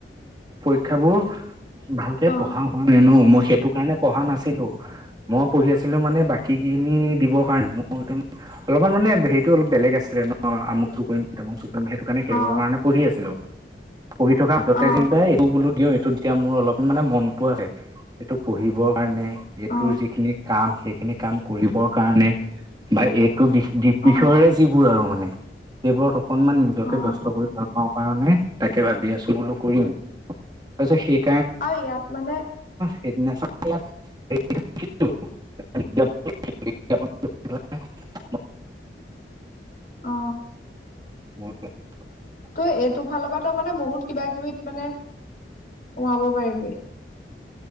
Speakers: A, on the right; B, on the left.
A: পৰীক্ষাবোৰ। ভালকে
B: অ
A: পঢ়া হোৱা নাই ন মই সেইটো কাৰণে পঢ়া নাছিলো মই পঢ়ি আছিলো মানে বাকীখিনি দিবৰ কাৰণে মোৰ একদম অলপমান মানে হেৰিটো অলপ বেলেগ আছিলে ন আমুক টু কৰিম তামুকটো সেইটো কাৰণে সেইবোৰৰ
B: অ
A: কাৰণে পঢ়ি আছিলো। পঢ়ি থকা মাজতে
B: অ
A: যেনিবা এইটো বোলো দিওঁ এইটো যেতিয়া মোৰ অলপ মানে মনটো আহে। এইটো পঢ়িবৰ কাৰণে এইটোৰ
B: অ
A: যিখিনি কাম সেইখিনি কাম কৰিবৰ কাৰণে। বা এইটো বি দ্বীপ
B: অ
A: বিষয়ে যিবোৰ আৰু মানে সেইবোৰত অকনমান নিজকে
B: অ
A: ব্যস্ত কৰি ভাল পাওঁ কাৰণে তাকে ভাবি আছো বোলো কৰিম। আচ্ছা শেষ।
B: আৰু ইয়াত মানে
A: সেইদিনাখন। <unintelligible> <unintelligible>
B: অ
A: মই। <unintelligible>
B: ত এইটো ফালৰ পৰা তো মানে বহুত কিবা কিবি মানে সোমাব। পাৰিবি।